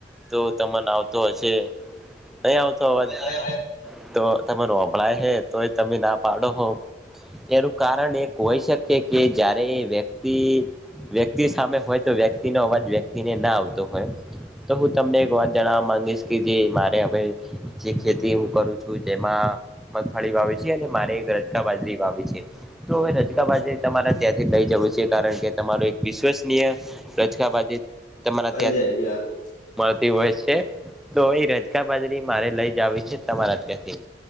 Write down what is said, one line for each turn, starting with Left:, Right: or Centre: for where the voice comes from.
Centre: તો તમને આવતો હશે નહી આવતો અવાજ?
Left: હવે આયો
Centre: તો તમે નોભળાય હે તો એ તમે ના પાડો હો. એનું કારણ એક હોય શકે કે જ્યારે વ્યક્તિ- - વ્યક્તિ સામે હોય તો વક્ અવાજ વક્ ના આવતો હોય. તો હું તમને એક વાત જણવા માંગીશ કે જે મારે હવે જે ખેતી હું કરું છું જેમાં- - મગફાળી વાવેવી છે અને મારે એક રજકા બાજરી વાવી છે તો હવે રજકા બાજરી- - તમારે ત્યાંથી લઈ જવું છે કારણ કે તમારું એક વિશ્વસનીય રચકા બાજ તમારા-
Left: ચી
Centre: -
Left: જાય આ લોકો- -
Centre: મળતી હોય છે તો એ રજકા બાજરી મારે લઈ જવી છે તમારા ત્યાંથી?